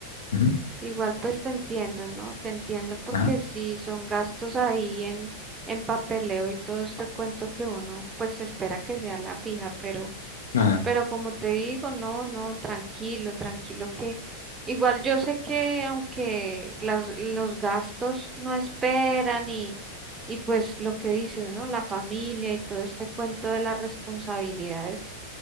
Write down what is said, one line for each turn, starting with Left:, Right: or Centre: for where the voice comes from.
Left: ujú,
Right: Igual pues te entiendo, ¿no? Te entiendo porque
Left: ajá,
Right: sí son gastos ahí en, en papeleo y todo este cuento que uno pues espera que sea la fija, pero,
Left: ah,
Right: pero como te digo, no, no, tranquilo, tranquilo que igual yo sé que aunque las, los gastos no esperan y, y pues lo que dices, ¿no? La familia y todo este cuento de las responsabilidades,